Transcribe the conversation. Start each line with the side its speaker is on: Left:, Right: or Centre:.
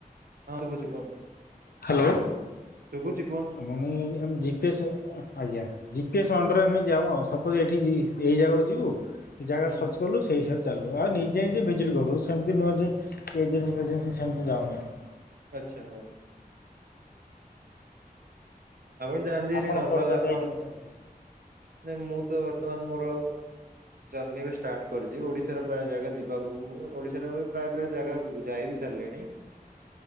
Right: ହଁ ଶୁଭୁଚି କୁହନ୍ତୁ।
Left: ହ୍ୟାଲୋ।
Right: ଶୁଭୁଚି।
Left: ମନି ଆମ ଜୀପ୍ ଜି ପିଏସ୍ ଆଜ୍ଞା ଜି ପିଏସ୍ ଅଣ୍ଡରରେ ଆମେ ଯାଉ ଆଉ ସପୋଜ ଏଇଠି ଏଇ ଜାଗାକୁ ଯିବୁ ସେ ଜାଗା
Right: ହୁଁ
Left: ସର୍ଚ୍ଚ କଲୁ ସେଇ ହିସାବ ରେ ଚାଲଲୁ ଆଉ ନିଜେ ନିଜେ ଭିଜିଟ୍ କରୁ ସେମିତି ନୁହେଁ ଯେ ଏଜେନ୍ସି ଫେଜେନ୍ସି ସେମିତି ଯାଉନି ଚା
Right: ଆଚ୍ଛା। ଆପଣ ଯାଆନ୍ତି ହେରି
Left: ଆପଣ
Right: ନର୍ମାଲ
Left: କୁଆଡ଼େ କୁଆଡ଼େ
Right: ଆପଣ
Left: ଯାଇଛନ୍ତି ସେମିତି
Right: ନାଇଁ ମୁଁ ତ ବର୍ତ୍ତମାନ ମୋର ଜର୍ଣ୍ଣିି ବି ଷ୍ଟାର୍ଟ କରିଛି ଓଡିଶାରେ ପ୍ରାୟ ଜାଗା ଯିବାକୁ ଓଡିଶାରେ ପ୍ରାୟ ପ୍ରାୟ ଜାଗା ଯାଇବି ସାଲଲିଣୀ।